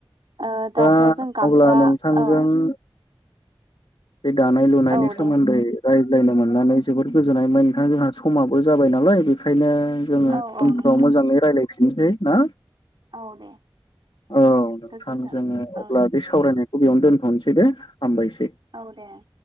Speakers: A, on the right (about 75°); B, on the left (about 85°).
A: ओ
B: दा
A: दाथ' जों गामसा
B: अब्ला नोंथांजों
A: औ
B: बे दानाय लुनायनि
A: औ
B: सोमोन्दै
A: दे
B: रायज्लायनो मोननानै जोबोर गोजोननाय मोनबाय नोंथां ओमफ्राय जोंहा समाबो जाबायमोन नालाय बेखायनो जोङो
A: औ औ
B: उनफ्राव
A: नोंथां
B: मोजाङै रायलायफिननोसै ना?
A: औ दे
B: औ नोंथां
A: गोजोन्थों
B: जोङो अब्ला
A: औ दे
B: बे सावरायनाय खौ बियावनो दोन्थनोसै दे हामबायसै।
A: औ दे नोंथां